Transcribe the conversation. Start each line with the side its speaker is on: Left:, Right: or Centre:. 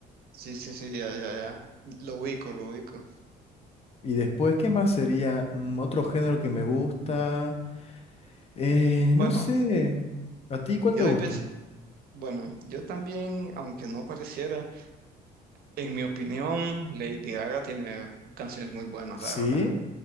Right: Sí, sí, sí, ya, ya, ya. Lo ubico, lo ubico.
Left: Y después, ¿qué más sería? Mm, otro género que me gusta. Eh,
Right: Bueno,
Left: no sé. ¿A ti cuál
Right: yo
Left: te gusta?
Right: hay veces, bueno, yo también, aunque no pareciera, en mi opinión, Lady Gaga tiene canciones muy buenas,
Left: Sí,
Right: la verdad.